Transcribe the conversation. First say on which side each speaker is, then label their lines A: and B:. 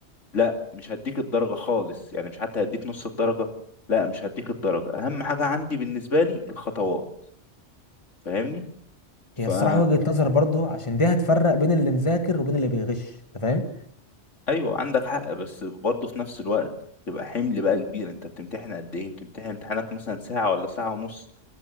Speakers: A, on the left; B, on the left.
A: لا مش هديك الدرجة خالص يعني مش حتى هديك نص الدرجة لا مش هديك الدرجة اهم حاجة عندي بالنسبة لي الخطوات فاهمني فا
B: هي الصراحه وجهه نظر برضه عشان دي هتفرق بين اللي مذاكر وبين اللي بيغش انت فاهم
A: ايوه عندك حق بس برضه في نفس الوقت تبقى حمل بقى كبير انت بتمتحن قد ايه بتمتحن امتحانك مثلا ساعة ولا ساعة ونص